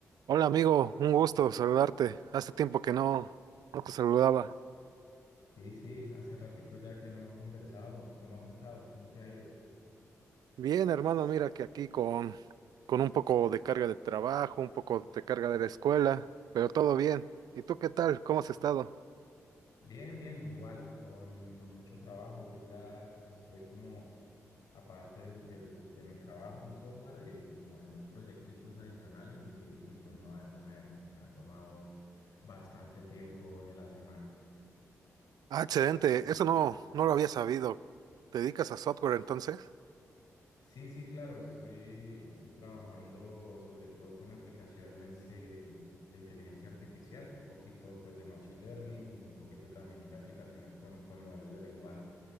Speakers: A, on the right; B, on the left.
A: Hola amigo, un gusto saludarte. Hace tiempo que no, no te saludaba.
B: Sí, sí, hace ratico ya que no conversábamos. ¿Cómo has estado? ¿Cómo te ha ido?
A: Bien, hermano, mira que aquí con, con un poco de carga de trabajo, un poco de carga de la escuela, pero todo bien. ¿Y tú qué tal? ¿Cómo has estado?
B: Bien, bien, igual, con, con mucho trabajo. Ahorita pues estoy como, aparte del, del- de mi trabajo en software, eh, como en dos proyecticos adicionales y, y pues no, eso me, me ha tomado bastante tiempo de la semana.
A: Ah, excelente, eso no, no lo había sabido. ¿Te dedicas a software entonces?
B: Sí, sí, claro, estoy, estoy trabajando sobre todo con aplicaciones eh, de inteligencia artificial, un poquito pues de machine learning y un poquito también de aplicaciones con, con modelos de lenguaje